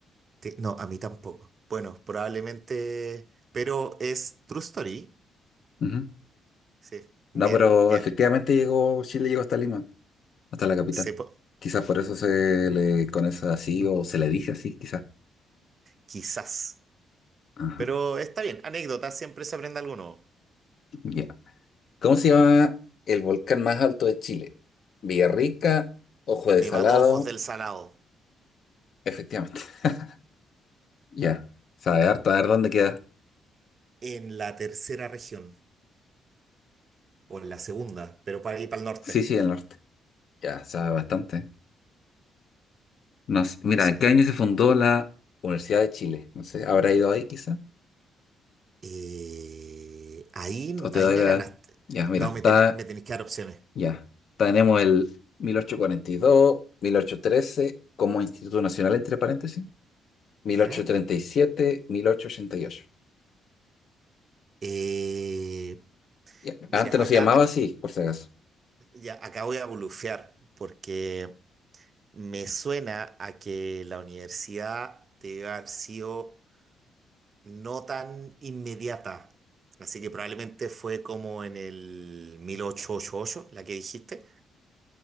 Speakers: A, on the right; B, on the left.
A: te- No, a mí tampoco. Bueno, probablemente, pero es True Story.
B: Ujú.
A: Sí, bien,
B: No, pero
A: bien.
B: efectivamente llegó, Chile llegó hasta Lima, hasta la capital.
A: Se po-
B: Quizás por eso se le conoce así o se le dice así, quizás.
A: quizás.
B: Ajá,
A: Pero está bien, anécdota, siempre se aprende algo nuevo.
B: ya. ¿Cómo se llama el volcán más alto de Chile? Villarrica, Ojo de
A: Nevado
B: Salado,
A: Ojos del Salado,
B: efectivamente. <laughs> Ya, sabe harto, a ver dónde queda.
A: en la tercera región, o en la segunda, pero para ir para el norte.
B: Sí, sí, el norte. Ya, sabe bastante. No sé, mira,
A: No sé.
B: ¿en qué año se fundó la Universidad de Chile? No sé, ¿habrá ido ahí quizá?
A: Eh, ahí,
B: ¿O te
A: ahí
B: doy
A: me
B: la...?
A: ganaste.
B: Ya, mira,
A: No,
B: está...
A: me, tení- me tenéis que dar opciones.
B: Ya, tenemos el mil mil ochocientos cuarenta y dos mil ochocientos trece como Instituto Nacional, entre paréntesis, mil mil
A: ¿Ya?
B: ochocientos ochocientos treinta y siete mil ochocientos ochenta y ocho
A: Eh,
B: Ya,
A: mira,
B: Antes no
A: acá,
B: se llamaba
A: ac-
B: así, por si acaso.
A: ya, acá voy a bulufear, porque me suena a que la universidad debe haber sido no tan inmediata. Así que probablemente fue como en el mil ochocientos ochenta y ocho, la que dijiste,